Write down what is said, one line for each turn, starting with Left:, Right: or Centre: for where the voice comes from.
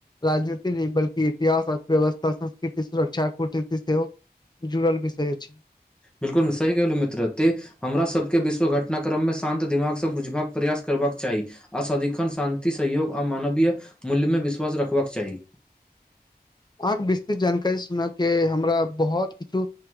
Left: राजनीति नहि बल्कि इतिहास अर्थव्यवस्था संस्कृति सुरक्षा कूटनीति सेहो जुड़ल विषय अछि।
Centre: बिलकुल सही कहलहुँ मित्र ते हमरा सभके विश्व घटना क्रममे शान्त दिमागसँ बुझबाक प्रयास कर करबाक चाही आ सदिखन शान्ति सहयोग आ मानवीय मूल्यमे विश्वास रखबाक चाही। <unintelligible>
Left: अहाँके विस्तृत जानकारी सुनऽ के हमरा बहुत कुछ